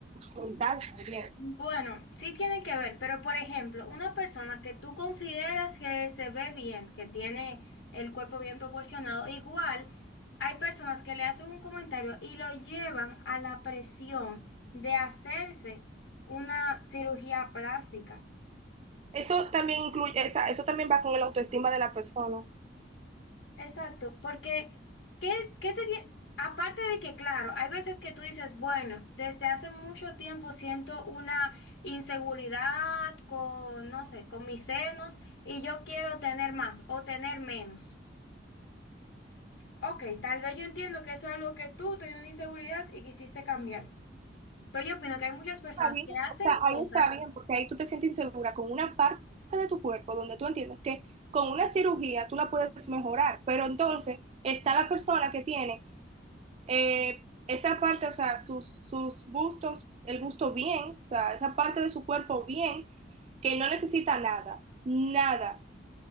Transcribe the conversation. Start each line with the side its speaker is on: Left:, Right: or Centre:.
Right: mental también.
Left: bueno, sí tiene que ver, pero por ejemplo, una persona que tú consideras que se ve bien, que tiene el cuerpo bien proporcionado, igual hay personas que le hacen un comentario y lo llevan a la presión de hacerse una cirugía plástica.
Right: Eso también incluye, o sea, eso también va con la autoestima de la persona.
Left: Exacto, porque ¿qué, qué te tie- aparte de que, claro, hay veces que tú dices, bueno, desde hace mucho tiempo siento una inseguridad con, no sé, con mis senos y yo quiero tener más o tener menos. Ok, tal vez yo entiendo que eso es algo que tú tenías una inseguridad y quisiste cambiar. Pero yo opino que hay muchas
Right: Está
Left: personas
Right: bien,
Left: que hacen
Right: o sea,
Left: cosas,
Right: ahí está bien, porque ahí tú te sientes insegura con una parte de tu cuerpo donde tú entiendes que con una cirugía tú la puedes mejorar, pero entonces está la persona que tiene eh, esa parte, o sea, sus, sus bustos, el busto bien, o sea, esa parte de su cuerpo bien, que no necesita nada, nada.